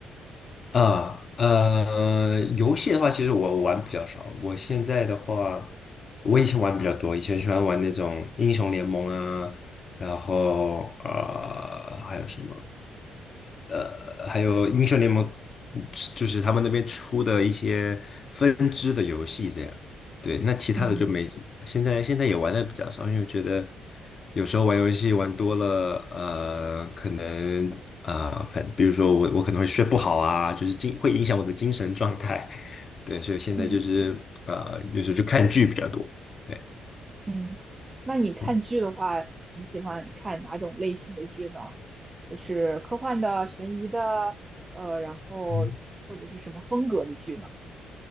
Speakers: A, on the left; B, on the right.
A: 啊呃，游戏的话，其实我玩比较少，我现在的话，我以前玩比较多，以前喜欢玩那种英雄联盟啊，然后呃还有什么？呃，还有英雄联盟，就是他们那边出的一些分支的游戏这样。对，那其他的就没怎么。
B: 嗯
A: 现在现在也玩的比较少，因为觉得有时候玩游戏玩多了，呃，可能啊、呃反比如说我我可能会睡不好啊，就是精会影响我的精神状态。<laughs> 对，所以现在就是呃，
B: 嗯
A: 有时候就看剧比较多。对，
B: 嗯。那你看剧的话，
A: 嗯
B: 你喜欢看哪种类型的剧呢？就是科幻的、悬疑的，呃，然后或者是什么风格的剧呢？
A: 嗯